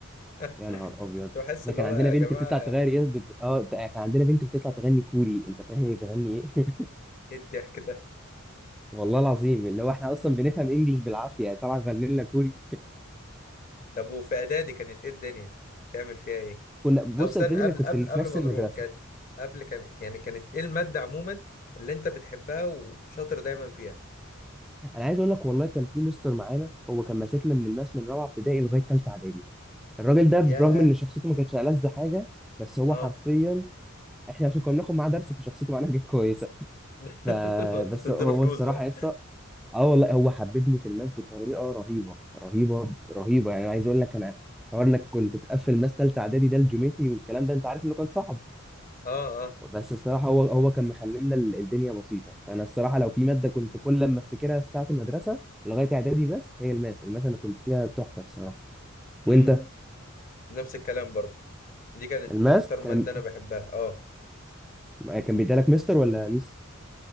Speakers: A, on the left; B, in the centre.
A: <laughs>
B: يا نهار ابيض
A: كنت بحس
B: احنا
A: اللي
B: كان
A: هو
B: عندنا
A: يا
B: بنت
A: جماعة
B: بتطلع تغني يا بت... اه كان عندنا بنت بتطلع تغني كوري انت فاهم هي بتغني ايه
A: ايه الضحك ده
B: <laughs> والله العظيم اللي هو احنا اصلا بنفهم انجلش بالعافيه طلع غني لنا كوري
A: طب وفي اعدادي كانت ايه الدنيا تعمل فيها ايه
B: كنا بص
A: او استنى
B: يا ابتدي
A: قبل
B: انا كنت
A: قبل
B: في
A: قبل
B: نفس
A: ما
B: المدرسه
A: نروح كانت قبل كانت يعني كانت ايه المادة عموما اللي انت بتحبها وشاطر دايما فيها
B: انا عايز اقول لك والله كان في مستر معانا هو كان ماسكنا من الماس من رابعه ابتدائي لغايه ثالثه اعدادي الراجل ده
A: ياه
B: برغم ان شخصيته ما كانتش ألذ حاجه بس هو
A: اه
B: حرفيا احنا عشان كنا بناخد معاه درس فشخصيته معناها كانت كويسه
A: <laughs>
B: <laughs> فبس
A: ما انت تديله
B: هو
A: فلوس
B: الصراحه
A: بقى
B: يا اسطى اه والله هو حببني في الماس بطريقه رهيبه رهيبه رهيبه يعني عايز اقول لك انا حوار انك كنت تقفل ماس ثالثه اعدادي ده الجيومتري والكلام ده انت عارف انه كان صعب
A: اه اه
B: بس الصراحه هو هو كان مخلينا ال- الدنيا بسيطه فانا الصراحه لو في ماده كنت كل لما افتكرها في ساعه المدرسه لغايه اعدادي بس هي الماس الماس انا كنت فيها تحفه الصراحه وانت
A: امم نفس الكلام برضه دي كانت
B: الماس
A: اكتر
B: كان
A: مادة انا بحبها اه,
B: آه، كان بيدالك مستر ولا ميس